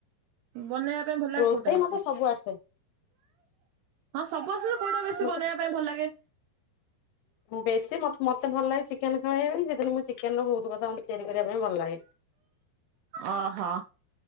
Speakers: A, on the right; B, on the left.
A: ବନେଇବା ପାଇଁ ଭଲ ଲାଗେ
B: ରୋଷେଇ
A: କୋଉଟା ବେଶୀ?
B: ମତେ ସବୁ ଆସେ।
A: ହଁ ସବୁ ଆସେ ଯେ କୋଉଟା ବେଶୀ
B: ମତେ
A: ବନେଇବା ପାଇଁ ଭଲ ଲାଗେ?
B: ବେଶୀ ମତ୍ ମତେ ଭଲ ଲାଗେ ଚିକେନ ଖାଇଆ ପାଇଁ ସେଥିିନ ମୁଁ ଚିକେନ ର ବୋହୁତ କଥା ଅମ୍ ତିଆରି କରିବା ପାଇଁ ଭଲ ଲାଗେ।
A: ଓହୋ।